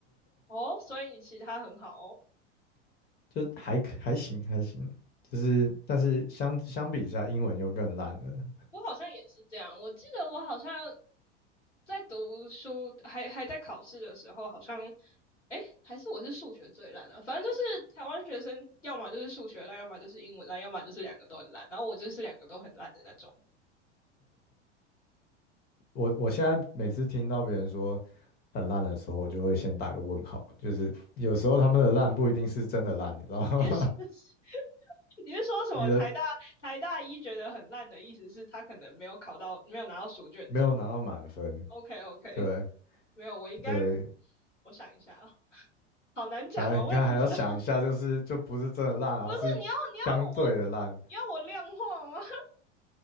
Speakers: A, on the left; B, on the left.
A: 哦，所以你其他很好哦。
B: <laughs> 就还可还行还行。就是，但是相相比之下，英文又更烂了。
A: 我好像也是这样，我记得我好像在读书还还在考试的时候，好像哎还是我是数学最烂的，反正就是台湾学生要么就是数学烂，要么就是英文烂，要么就是两个都很烂，然后我就是两个都很烂的那种。
B: 我我现在每次听到别人说很烂的时候，我就会先打个问号。就是有时候他们的烂不一定是真的烂，你知道吗？
A: 你是 <laughs> 你是说什么台大台大一觉得很烂的意思是他可能没有考到没有拿到书卷奖？
B: <laughs> 你的没有拿到满分，
A: OK OK，<laughs>
B: 对
A: 没有，我应该
B: 对，
A: 我想一下啊，好难讲啊，
B: 哎，你看还要想一下，
A: 我也不知道。<laughs>
B: 就是就不是真的烂啊，
A: 不是你要你要我
B: 是相对的烂，
A: 你要我量化吗？